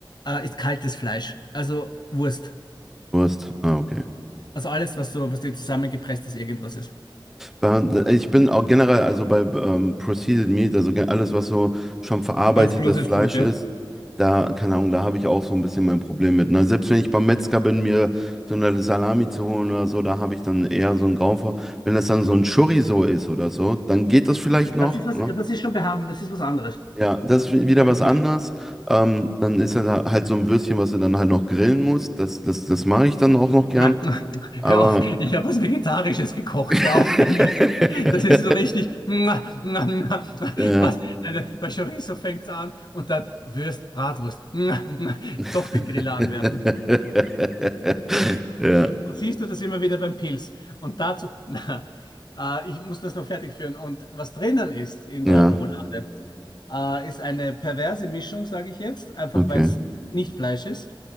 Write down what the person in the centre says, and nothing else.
Du hast, ah, okay.
Äh, Ich bin auch generell, also bei ähm, Processed Meat, also ge- alles, was so schon verarbeitetes
Fleisch
ist, da, keine Ahnung, da habe ich auch so ein bisschen mein Problem mit. Ne? Selbst wenn ich beim Metzger bin, mir so eine Salami zu holen oder so, da habe ich dann eher so einen Grauen vor. Wenn das dann so ein Chorizo ist oder so, dann geht das vielleicht noch,
ne?
Ja, das ist wieder
was
anderes.
Ähm, dann ist das halt so ein Würstchen, was du dann halt noch grillen musst. Das, das, das mache ich dann auch noch gern.
Aber.
<laughs>
ja,
<laughs>
Ja,
ja,
okay.